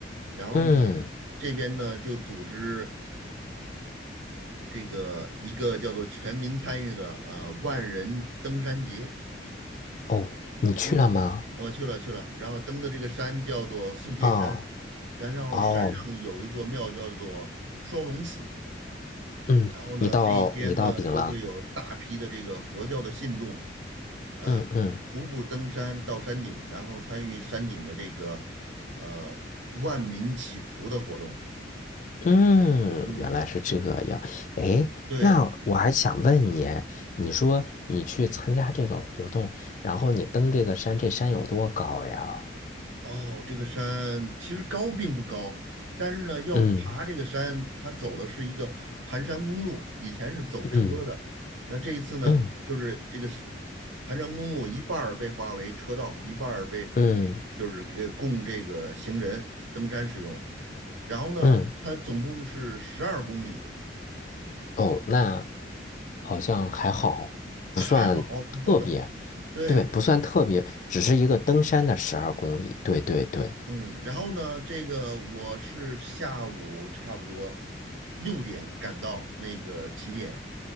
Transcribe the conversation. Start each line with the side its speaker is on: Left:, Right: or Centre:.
Right: 然后呢，
Left: 嗯，
Right: 这边呢就组织。这个一个叫做全民参与的呃万人登山节，
Left: 哦，你去了吗？
Right: 嗯，我去了去了，然后登的这个山叫做素贴山，
Left: 啊，
Right: 然后山上有一座庙叫做双龙寺，
Left: 哦，嗯，
Right: 然后呢这一天呢就会有大批的这个佛教的信众
Left: 你到你到顶了，
Right: 啊、
Left: 嗯嗯
Right: 徒步登山到山顶，然后参与山顶的这个呃万民祈福的活动，
Left: 嗯，
Right: 嗯，
Left: 原来是这样。哎，
Right: 对。
Left: 那我还想问你，你说你去参加这个活动，然后你登这个山，这山有多高呀？
Right: 哦，这个山其实高并不高，但是呢，要爬这个山，
Left: 嗯。
Right: 它走的是一个盘山公路，以前是走车的，
Left: 嗯
Right: 那这一次呢，
Left: 嗯
Right: 就是这个是盘山公路一半儿被划为车道，一半儿被
Left: 嗯
Right: 就是给供这个行人登山使用，然后呢，
Left: 嗯，
Right: 它总共是十二公里，
Left: 哦，那好像还好，
Right: <laughs>
Left: 不算特别，
Right: 还好，<laughs> 对，
Left: 对，不算特别，只是一个登山的十二公里，对对对，
Right: 嗯，然后呢，这个我是下午差不多六点赶到那个起点，